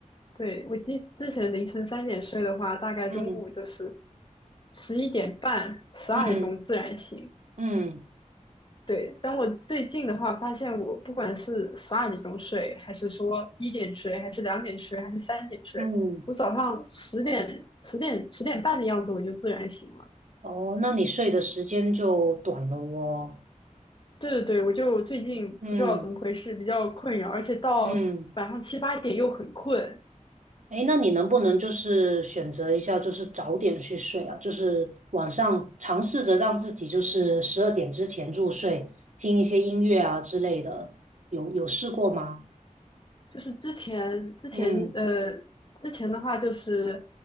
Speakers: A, on the left; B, on the right.
A: 对，我之之前凌晨三点睡的话，大概中午就是
B: 嗯
A: 十一点半、十二点钟自然醒。
B: 嗯嗯
A: 对，但我最近的话，发现我不管是十二点钟睡，还是说一点睡，还是两点睡，还是三点睡，
B: 嗯，
A: 我早上十点、十点、十点半的样子我就自然醒了。
B: 哦，那你睡的时间就短了哦。
A: 对对对，我就最近不知道怎么回事，
B: 嗯
A: 比较困扰，而且到晚上七八点又很困。
B: 嗯，哎，那你能不能就是选择一下，就是早点去睡啊？就是晚上尝试着让自己就是十二点之前入睡，听一些音乐啊之类的，有有试过吗？
A: 就是之前之前呃
B: 嗯
A: 之前的话，就是